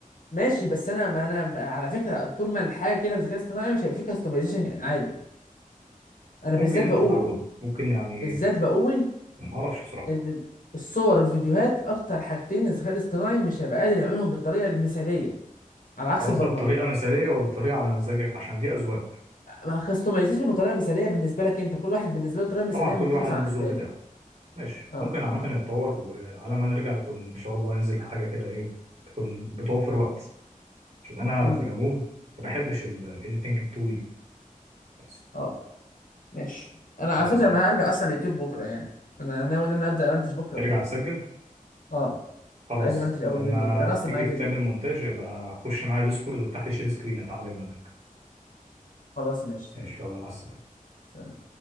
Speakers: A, on the left (about 70°); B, on the right (about 45°).
A: ماشي بس انا ما انا ما- على فكره طول ما الحاجه كده بالذكاء الاصطناعي مش هيبقى فيه كاستمايزيشن عادي انا
B: ممكن
A: بالذات
B: انت
A: بقول
B: تعوده ممكن يعني
A: بالذات بقول
B: ما اعرفش بصراحة
A: ان الصور والفيديوهات اكتر حاجتين الذكاء الاصطناعي مش هيبقى قادر يعملهم بالطريقه المثاليه على
B: انت
A: عكس
B: قصدك
A: البرمجه
B: طريقة مثالية ولا طريقة على مزاجك عشان دي اذواق
A: ما كاستمايزيشن وطريقه مثاليه بالنسبه لك انت كل واحد بالنسبه له طريقه مثاليه
B: طبعا كل
A: مختلفه
B: واحد ليه
A: عن
B: الذوق
A: التاني
B: بتاعه ماشي
A: اه
B: ممكن عامة يتطور وعلى ما نرجع يكون ان شاء الله ينزل حاجة كده ايه تكون بتوفر وقت عشان انا
A: امم
B: في العموم ما بحبش الايديتنج الطويل بس
A: اه ماشي انا
B: خلاص
A: على فكره انا هرجع اصلا اليوتيوب بكره يعني انا ناوي ان انا ابدا امنتج بكره
B: ترجع
A: وكده
B: تسجل
A: اه
B: خلاص
A: عايز امنتج اول
B: لما
A: فيديو وكده انا اصلا
B: تيجي
A: معايا فيديو
B: تعمل مونتاج يبقى خش معايا ديسكورد وافتح لي شير سكرين اتعلم منك
A: خلاص ماشي تمام
B: ان شاء الله مع السلامه
A: سلام